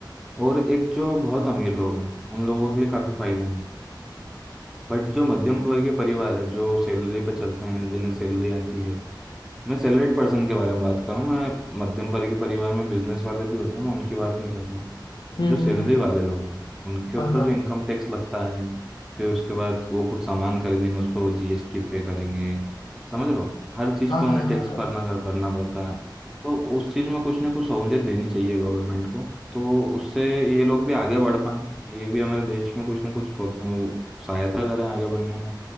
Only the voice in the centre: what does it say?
और एक जो बहुत अमीर लोग हैं उन लोगों के लिए काफ़ी फायदे हैं बट जो मध्यम वर्गीय परिवार है जो सैलरी पे चलते हैं जिन्हें सैलरी आती है मैं सैलरीड पर्सन के बारे में बात कर रहा हूँ मैं मध्यम वर्ग के परिवार में बिजनेस वाले भी होते हैं मैं उनकी बात नहीं कर रहा हूँ
जो
सैलरी
वाले लोग हैं उनके
ऊपर
जो इनकम टैक्स लगता है फिर उसके बाद वो कुछ सामान खरीदेंगे उस पर वो जीएसटी पे करेंगे समझ रहे हो हर चीज़
पे
उन्हें
टैक्स
भरना कर भरना पड़ता है तो उस चीज़ में कुछ ना कुछ सहूलियत देनी चाहिए गवर्नमेंट को तो उससे ये लोग भी आगे बढ़ पाएं ये भी हमारे देश में कुछ ना कुछ प्रो- सहायता करें आगे बढ़ने में